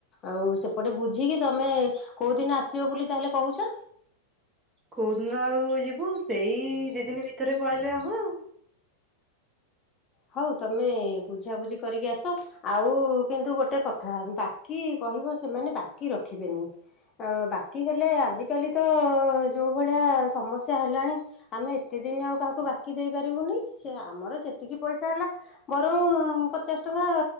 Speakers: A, on the left; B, on the right.
A: ଆଉ ସେପଟେ ବୁଝିକି ତମେ କୋଉ ଦିନ ଆସିବ ବୋଲି ତାହେଲେ କହୁଛ?
B: କୋଉଦିନ ଆଉ ଯିବୁ ସେଇ ଦି ଦିନ ଭିତରେ ପଳେଇଲେ ହବ ଆଉ
A: ହଉ ତମେ ବୁଝାବୁଝି କରିକି ଆସ ଆଉ କିନ୍ତୁ ଗୋଟେ କଥା ବାକି କହିବ ସେମାନେ ବାକି ରଖିବେନି ବାକି ହେଲେ ଆଜିକାଲି ତ ଯୋଉ ଭଳିଆ ସମସ୍ୟା ହେଲାଣି ଆମେ ଏତେ ଦିନ ଆଉ କାହାକୁ ବାକି ଦେଇ ପାରିବୁନି। ସେ ଆମର ଯେତିକି ପଇସା ହେଲା ବରଂ ପଚାଶ ଟଙ୍କା